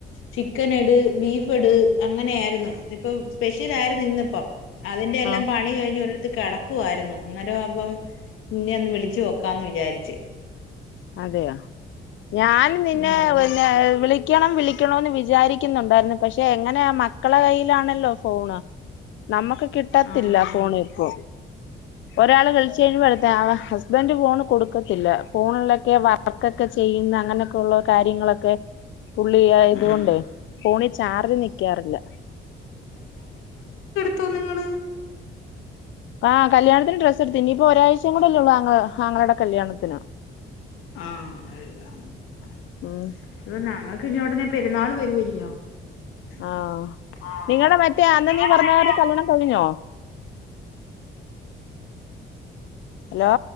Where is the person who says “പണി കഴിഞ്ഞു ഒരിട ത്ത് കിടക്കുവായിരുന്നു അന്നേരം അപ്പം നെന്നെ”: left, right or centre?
Left